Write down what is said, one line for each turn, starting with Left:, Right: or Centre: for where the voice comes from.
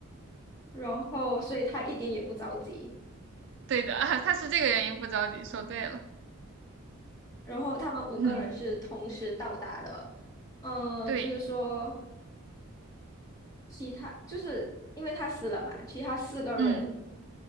Left: 然后，所以他一点也不着急。
Right: 对的，<laughs> 啊，他是这个原因不着急，说对了，
Left: 然后他们五个人是同时到达的，
Right: 嗯，
Left: 呃，
Right: 对，
Left: 就是说。其他就是因为他死了嘛，其他四个人
Right: 嗯